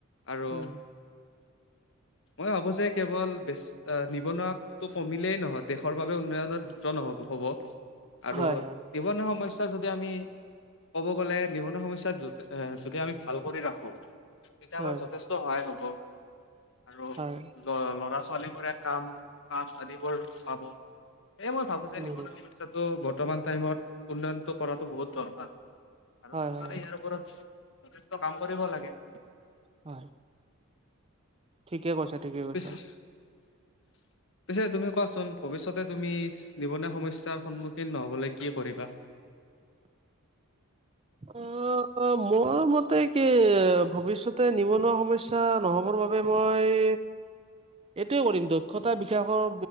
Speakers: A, on the left (about 60°); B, on the right (about 25°).
A: আৰু
B: উম,
A: মই ভাবো যে কেৱল বেছ অ' নিবনুৱাটো কমিলেই নহয় দেশৰ বাবে উন্নয়নত দ্ৰুত নহব হব আৰু
B: হয় হয়,
A: নিবনুৱা সমস্যা যদি আমি ক'ব গ'লে নিবনুৱা সমস্যাত যদি এ যদি আমি ভাল কৰি ৰাখো তেতিয়া
B: হয়
A: আমাৰ যথেষ্ট সহায় হ'ব। আৰু
B: হয়,
A: ল ল'ৰা ছোৱালী বোৰে কাম কাজ আদিবোৰ পাব। এ মই ভাবো যে
B: উম,
A: নিবনুৱা সমস্যটো বৰ্তমান টাইমত উন্নয়নটো কৰাতো বহুত দৰকাৰ। আৰু
B: হয়
A: চৰকাৰে
B: হয় হয়
A: ইয়াৰ ওপৰত যথেষ্ট কাম কৰিব লাগে।
B: অ'। ঠিকে কৈছে, ঠিকে কৈছ।
A: পিছে <unintelligible> পিছে তুমি কোৱাচোন ভৱিষ্যতে তুমি নিবনুৱা সমস্যাৰ সন্মুখীন নহবলৈ কি কৰিবা?
B: অ' মোৰ মতে কি ভৱিষ্যতে নিবনুৱা সমস্যা স্যা নহ'বৰ বাবে মই এইটোৱে কৰিম দক্ষ্যতাৰ বিকাশৰ